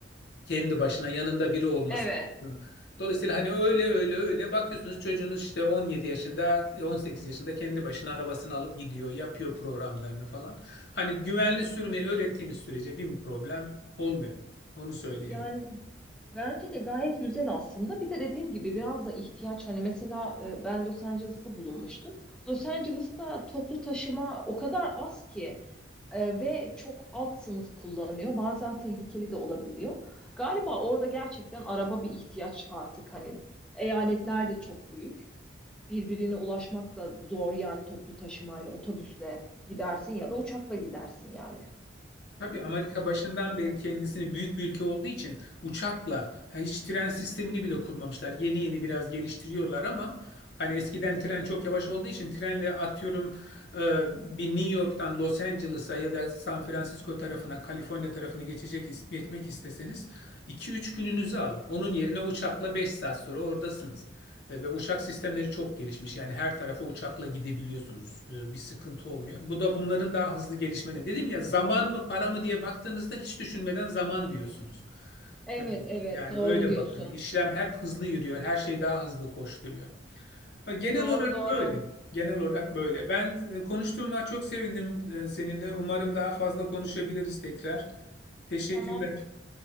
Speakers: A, on the left; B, in the centre.
A: Kendi başına yanında biri olması
B: Evet.
A: lazım. Dolayısıyla hani öyle öyle öyle bakıyorsunuz çocuğunuz işte 17 yaşında 18 yaşında kendi başına arabasını alıp gidiyor yapıyor programlarını falan. Hani güvenli sürmeyi öğrettiğiniz sürece bir problem olmuyor. Onu söyleyebilirim.
B: Yani Bence de gayet güzel aslında. Bir de dediğim gibi biraz da ihtiyaç. Hani mesela e, ben Los Angeles'ta bulunmuştum. Los Angeles'ta toplu taşıma o kadar az ki e, ve çok alt sınıf kullanıyor. Bazen tehlikeli de olabiliyor. Galiba orada gerçekten araba bir ihtiyaç artık. Hani eyaletler de çok büyük birbirine ulaşmak da zor yani toplu taşımayla, otobüsle gidersin ya da uçakla gidersin yani.
A: Tabii Amerika başından beri kendisini büyük bir ülke olduğu için uçakla ha, hiç tren sistemini bile kurmamışlar. Yeni yeni biraz geliştiriyorlar ama hani eskiden tren çok yavaş olduğu için trenle atıyorum e, bir New York'tan Los Angeles'a ya da San Francisco tarafına, Kaliforniya tarafına geçecek is- geçmek isteseniz iki üç gününüzü alır. Onun yerine uçakla 5 saat sonra oradasınız. E, Ve uçak sistemleri çok gelişmiş. Yani her tarafa uçakla gidebiliyorsunuz. E, Bir sıkıntı olmuyor. Bu da bunların daha hızlı gelişmeni. Dedim ya zaman mı para mı diye baktığınızda hiç düşünmeden zaman diyorsunuz.
B: Evet,
A: E,
B: evet,
A: Yani
B: doğru
A: öyle
B: diyorsun.
A: bakın. İşlem hep hızlı yürüyor. Her şey daha hızlı koşturuyor. Ha, Genel
B: Doğru,
A: olarak
B: doğru.
A: böyle. Genel olarak böyle. Ben e, konuştuğuma çok sevindim e, seninle. Umarım daha fazla konuşabiliriz tekrar. Teşekkürler.
B: Tamam,